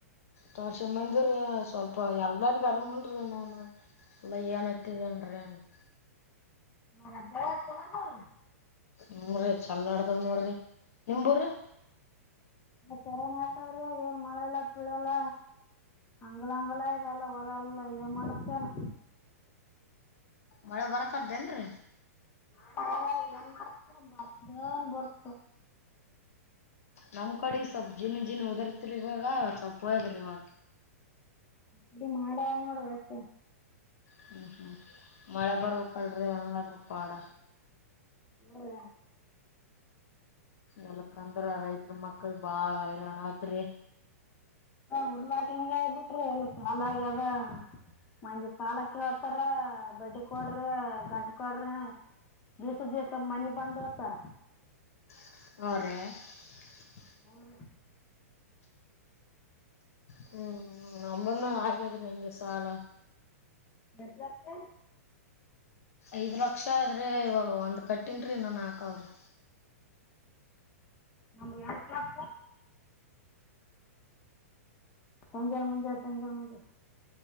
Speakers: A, on the left; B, on the left.
A: ತೋರ್ಸ ಮಂದಿವ್ ರಿ ಸ್ವಲ್ಪ ಎಲ್ಲರಿಗು ಅರಮಿಲ್ರಿ ನನು ಇಲ್ಲ ಏನ್ <inaudible>
B: <inaudible>
A: ಹ್ಮುರಿ ಚಲ್ ನಡ್ದಾವ್ ನೋಡ್ರಿ ನಿಮ್ಬೂ ರೀ
B: ತೆರೆ ನ ಆತವ್ರಿ ಏನ್ ಮಳೆ ಎಲ್ಲ ಪೀಳಲ್ಲ ಹಂಗ್ಲ ಅಂಗ್ಲ ಇದಲ್ಲ ಹೊಲ ಎಲ್ಲ ಏನ್ ಮಾಡ್ತೇ ಏನೋ
A: ಮಳೆ ಬರಕದ್ದೇನ್ರೀ
B: ಮಾಡಾಗದ ಏನ್ ಮಾಡ್ತಾ ಬಿಡುತ್ತೋ
A: ನಮ್ ಕಡೆ ಸ್ವಲ್ಪ್ ಜೀಿನ ಜೀಿನ ಓದರ್ತಿರಿ ಇವಾಗ ಸ್ವಲ್ಪ್ ಹಯದ್ರಿ ಇವಾಗ
B: ಬರಿ ಮಾಡ ಆಗಿದೆ ನೋಡ್ರಿ ಅಷ್ಟೆ
A: ಹ್ಮ್ ಹ್ಮ್ ಮಳೆ ಬರ್ಬೇಕಲ್ರರಿ ಹಂಗಾದ್ರ ಪಾಡ
B: <unintelligible>
A: ಎ ತಂದ್ರ ರೈತ ಮಕ್ಕಳ ಬಾಳಯರುನಾತ್ರಿ
B: ಹ ಉಡ್ವ ಹಂಗ ಇದ್ದಟ್ರಿ ಎಲ್ಲ ಸಾಲ ಆಗದ ಮಂದಿ ಸಾಲಕ್ಕೆ ಹತಾರ ಬಡ್ಡಿ ಕೊಡ್ರಿ ಗಂಟ ಕೊಡ್ರಿ ದಿಸ ದಿಸ ಮನಿಗೆ ಬಂದ ಹತಾರ
A: <unintelligible>
B: ಹ್ಮ ರೀ
A: ಹ್ಮ್ ನಂಬನ್ನು ಹಾಗ್ಯಾದ್ರಿ ಹೆಂಗೆ ಸಾಲ
B: ಎಷ್ಟು ಲಕ್ಷ
A: ಐದ್ ಲಕ್ಷ ಆದದ್ರೀ ಇವಾಗ ಒಂದ ಕಟ್ಟೇನ್ರೀ ಇನ್ನು ನಾಲ್ಕು ಅವ್ರಿ
B: ನಮ್ದು ಎಂಟು ಲಕ್ಷ ಸಂಂಜಲ್ ಮಂಜೆ ಸಂಜಲ್ ಮಂಜೆ